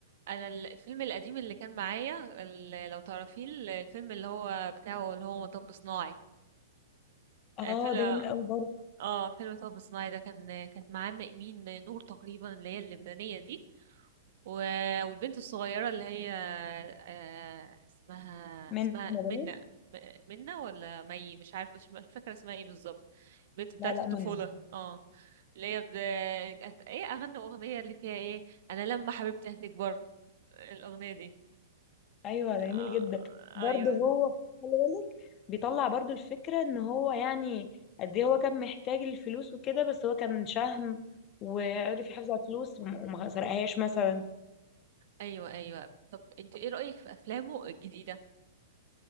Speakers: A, on the right (about 60°); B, on the left (about 35°).
A: انا ال- الفيلم القديم اللي كان معايا ال- لو تعرفيه ال- الفيلم اللي هو بتاعه اللي هو مطب صناعي
B: آه
A: آه فيلم
B: ده جميل قوي برضه
A: اه فيلم مطب صناعي ده كان كانت معاه م- مين نور تقريبا اللي هي اللبنانية دي و- والبنت الصغيرة اللي هي آه، اسمها
B: منة
A: اسمها
B: باين؟
A: منى م- منى ولا مي مش عارفة مش مش فاكرة اسمها ايه بالظبط البنت بتاعت
B: لا لا
A: الطفولة
B: منة
A: اه اللي هي ب... كانت ايه أغنى أغنية اللي فيها ايه أنا لما حبيبتي هتكبر الأغنية دي
B: ايوه ده جميل
A: آه،
B: جدا برضه
A: أيوه
B: هو خلي بالك بيطلع برضه الفكره ان هو يعني قد ايه هو كان محتاج الفلوس وكده بس هو كان شهم وعرف
A: أيوه
B: يحافظ على الفلوس وم- وما سرقهاش مثلا
A: أيوه أيوه طب انت ايه رأيك في أفلامه الجديدة؟